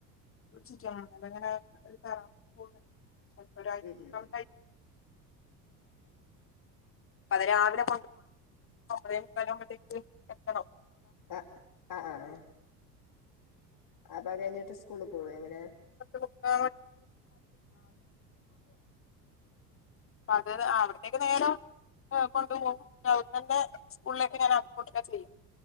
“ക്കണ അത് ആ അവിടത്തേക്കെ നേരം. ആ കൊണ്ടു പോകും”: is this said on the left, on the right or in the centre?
Left